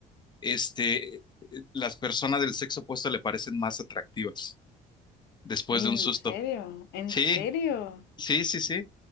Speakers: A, on the left; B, on the left.
A: este, eh, las personas del sexo opuesto le parecen más atractivas después
B: Ay,
A: de
B: ¿en
A: un susto.
B: serio? ¿En
A: Sí,
B: serio?
A: sí, sí, sí.